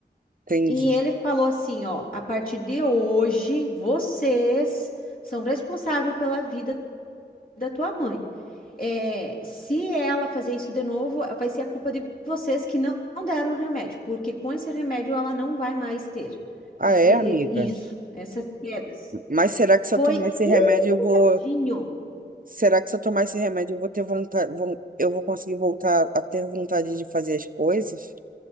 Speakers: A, on the right; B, on the left.
A: entendi.
B: E ele falou assim, ó, a partir de hoje, vocês são responsáveis pela vida da tua mãe. é, se ela fazer isso de novo, vai ser a culpa de vocês que não não deram o remédio, porque com esse remédio ela não vai mais ter
A: Ah,
B: esse-
A: é, amiga?
B: isso, essas quedas.
A: Mas será que se eu
B: Foi
A: tomar esse
B: um
A: remédio eu
B: bocadinho.
A: vou. Será que se eu tomar esse remédio eu vou ter vontade, eu vou conseguir voltar a ter vontade de fazer as coisas?